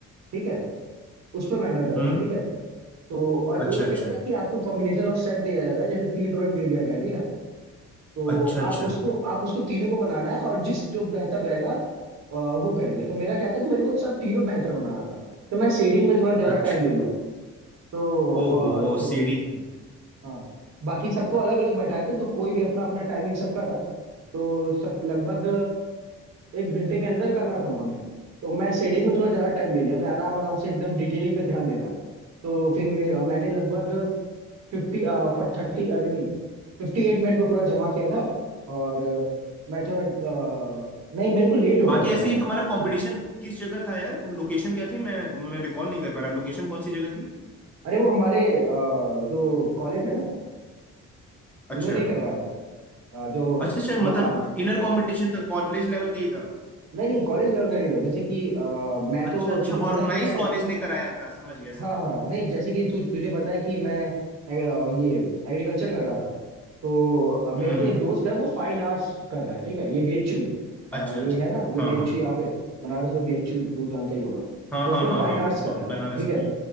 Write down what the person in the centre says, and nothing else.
हम्म
अच्छा
अच्छा
अच्छा अच्छा
अच्छा
ओहो
सीडिंग में
बाकी
ऐसे
ही तुम्हारा कंपटीशन किस जगह था यार लोकेशन क्या थी मैं मैं रिकॉल नहीं कर पा रहा लोकेशन कौन सी जगह थी
अच्छा
अच्छा अच्छा
मतलब
इनर कंपटीशन था कॉलेज लेवल का ही था
अच्छा अच्छा
ऑर्गेनाइज
कॉलेज ने कराया था समझ गया
समझ
गया
हम्म
हम्म
अच्छा
हाँ
हाँ
हाँ
हाँ
हाँ
हाँ
ब-
बनारस
में